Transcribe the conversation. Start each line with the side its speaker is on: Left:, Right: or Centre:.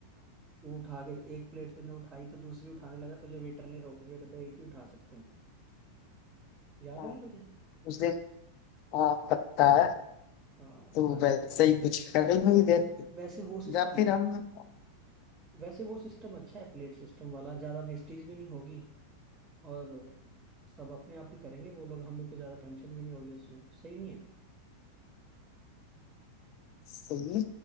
Right: वो उठा के एक प्लेट तूने उठाई तो दूसरी उठाने लगा तुझे वेटर ने रोक दिया कहते एक ही उठा सकते हैं याद
Left: हाँ,
Right: है ना तुझे
Left: उस दिन हाँ पकता है
Right: हाँ
Left: तो
Right: बस
Left: वैसे ही कुछ करेंगे
Right: वैसे
Left: ही देन
Right: वैसे वो सिस्टम
Left: या फिर
Right: है
Left: हम हाँ,
Right: वैसे वो सिस्टम अच्छा है प्लेट सिस्टम वाला ज्यादा वेस्टेज भी नहीं होगी और सब अपने आप ही करेंगे वो लोग हमें को ज्यादा टेंशन भी नहीं होगी उसमें सही नहीं है
Left: सही है।